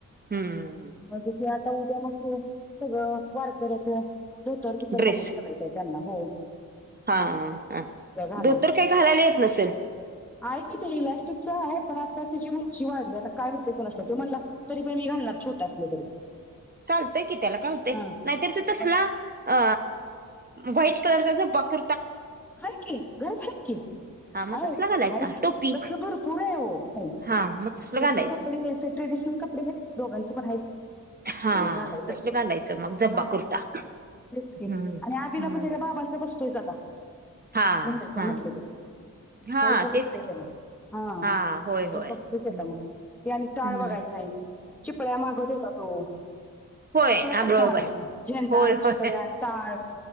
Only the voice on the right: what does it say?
हम्म.
ड्रेस
हा हा
धोतर काही घालायला येत नसेल?
चालतोय की त्याला का होतेय
नाहीतर तू तसला
अ वाईट कलरचा बाक
हा मग
तसला घालायचा
टोपी
हा मग तसलं
घालायचं
हा
दुसर घालायचं मग जब्बा
कुर्ता.
हम्म
हम्म
हा
हा
हा
तेच
की
हा होय होय
हम्म
हम्म
होय
अगं
बाई
होय
होय